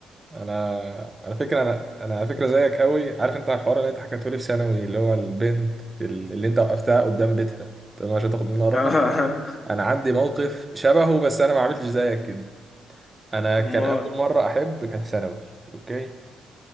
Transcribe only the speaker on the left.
<laughs> اه
امال